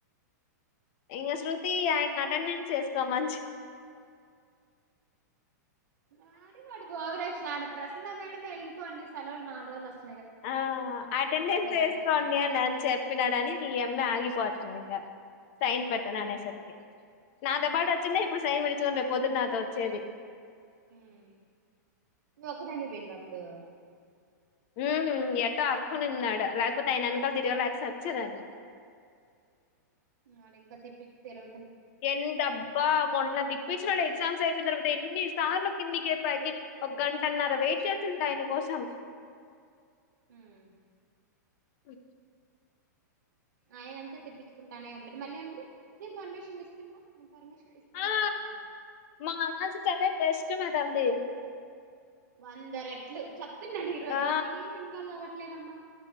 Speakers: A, on the left (about 45°); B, on the right (about 80°).
A: ఇంక శృతి ఆయన అటెండెన్స్ చేసుకోమంచి
B: వాడు వాడి ఓవరాక్షన్ ఆడ ప్రస నా మేడమ్ వెళ్ళిపోండి సలవులు నాలుగుోజులుస్త
A: ఆ అటెండెన్స్ వేసుకోండి
B: అంటుంది
A: అని అని చెప్పినాడని న అమ్మ ఆగిపో పోతుంది ఇంకా సైన్ పట్ట
B: ఓరి
A: న నేసరికి
B: దేవుడా
A: నా అంత పాట వచ్చ ఇప్పుడు సైన్ పెట్టే పొదునాతో వచ్చేది
B: మ్మ్ నువ్ ఒకదాన్ని పోయినవా అప్పుడు
A: మ్మ్ ఎటో అక్కుని ఉన్నాడు లేకపోతే అయిన వెనకలు తిరగలేక సచ్చేదాన్ని
B: నాళ ఇంకా తిప్పిరు తిర్
A: ఎంతబ్బా మొన్న దిప్పచ్చినడే ఎగ్జామ్స్ అయిపోయిన తర్వాత ఎన్ని సార్లు కిందికి పైకి ఒక గంటన్నర వెయిట్ చేసాం ఆయన కోసం
B: మ్మ్
A: ఓ
B: ఆయనంతే తిప్పించ్ కుంటానే ఉంటడు మళ్ళీ అంటాడు నేను పర్మిషన్ ఇస్తున్నా పర్మిషన్లు ఇస్తున్నా
A: ఆ
B: అంటాడు
A: మా అనాజు చరే బెస్ట్ మ తల్ది
B: వంద రేట్లు చప్ అన్నాడు ఈ రోజు
A: ఆ
B: నేనేమి ఇన్వాల్వ్ అవ్వట్లేదమ్మా